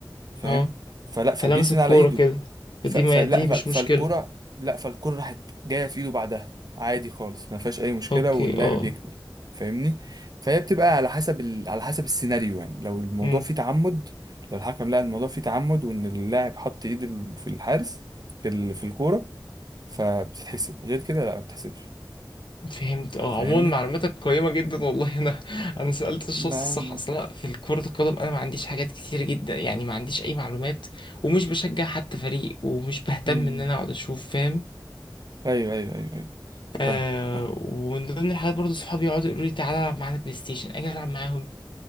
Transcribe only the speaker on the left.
اه
فلمس
الكوره
كده
فدي
ما دي
مش مشكله
اوكي
اه
امم.
فهمت اه
عموما معلوماتك قيمة جدا والله انا انا سألت الشخص
الصح اصلا في كرة القدم انا ما عنديش حاجات كتير جدا يعني ما عنديش اي معلومات ومش بشجع حتى فريق ومش بهتم
ان انا اقعد اشوف فاهم
آه
ومن ضمن الحاجات برضو صحابي يقعدوا يقولوا لي تعالى العب معانا بلاي ستيشن اجي العب معاهم